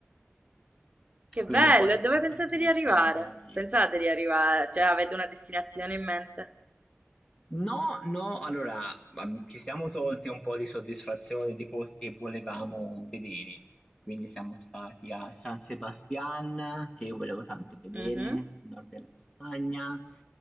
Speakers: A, on the right; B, on the left.
A: Che
B: Quindi
A: bello!
B: un po' di
A: E dove
B: un
A: pensate
B: po' di posti
A: di arrivare?
B: ne abbiamo visti.
A: Pensate di arrivare? Cioè, avete una destinazione in mente?
B: No, no, allora, ab ci siamo tolti un po' di soddisfazione di posti che volevamo vedere. Quindi siamo stati a San Sebastian, che io volevo tanto vedere,
A: Mhm,
B: nel nord della Spagna,